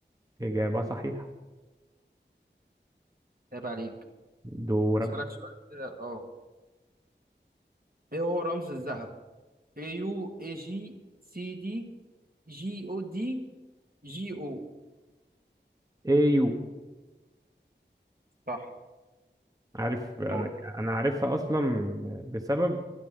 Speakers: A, on the right; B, on the right.
A: إجابة صحيحة
B: عيب عليك
A: دورك
B: هسألك سؤال كده اه ايه هو رمز الذهب اي يو اي جي سي دي جي او دي جي او
A: أيو
B: صح
A: عارف أنا
B: دورك
A: أنا عارفها أصلا بسبب